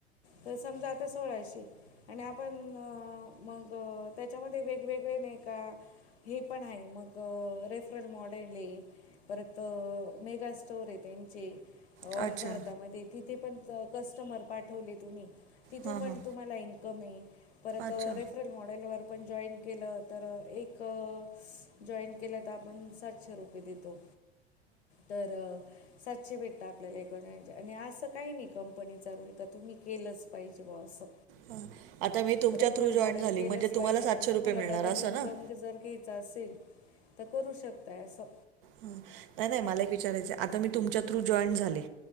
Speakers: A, on the left; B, on the right.
A: तर समजा आता सोळाशे. आणि आपण मग त्याच्यामध्ये वेगवेगळे नाही का? हे पण आहे मग रेफ रल मॉडेल आहे परत मेगा स्टोर आहे त्यांचे ऑल
B: अच्छा.
A: भारतामध्ये तिथे पण कस्टमर पाठवले तुम्ही तिथून
B: हां,
A: पण
B: हां.
A: तुम्हाला इ कमी, परत
B: अच्छा.
A: रेफ रल‌ मॉडेलवर‌पण जॉईन केल तर‌‌ एक जॉईन केल आता आपण सातशे रुपये देतो, तर सातशे भेटत आपल्याला एकोण आणि असं काही नाही कंपनीचा रूल का तुम्ही केलंच पाहिजे बा असं.
B: हां. आता मी तुमच्या
A: रेफरल
B: थ्रू जॉइन
A: मॉडेल
B: झाली
A: केलंच
B: म्हणजे तुम्हाला
A: पाहिजे पण तुम्हाला
B: मिळणार
A: डबल
B: असं
A: इन्कम
B: ना?
A: जर काही चा असेल तर करू शकताय असं.
B: हं. नाही मला एक विचारायचं आता मी तुमच्या
A: हं,
B: थ्रु जॉईन झाले